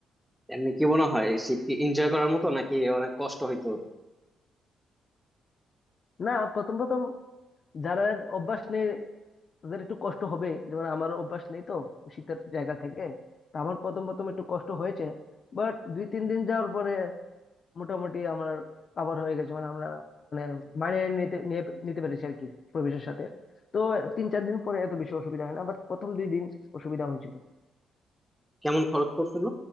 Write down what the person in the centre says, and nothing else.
এমনি কি মনে হয় শীত কি এনজয় করার মতো নাকি অনেক কষ্ট হইতো
কেমন খরচ পড়ছিল